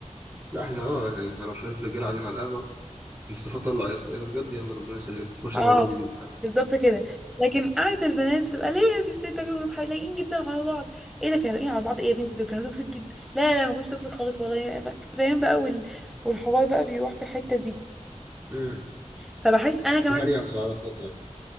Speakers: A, on the right; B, in the centre.
A: لا احنا اه يعني احنا لو شويه رجاله قاعدين على القهوه مصطفى طلع يا اسطى ايه ده بجد يلا ربنا يسهل نخش
B: اه
A: على موضوع جديد عادي.
B: بالظبط كده لكن قعدة البنات بتبقى ليه يا دي الست ده كانوا لايقين جدا على بعض ايه ده كانوا لايقين على بعض ايه يا بنتي دول كانوا توكسيك جدا لا لا لا ما كانوش توكسيك خالص والله ف- فاهم بقى وال... والحوار بقى بيروح في الحتة دي
A: امم
B: فبحس انا كمان
A: الهري عن العلاقات يعني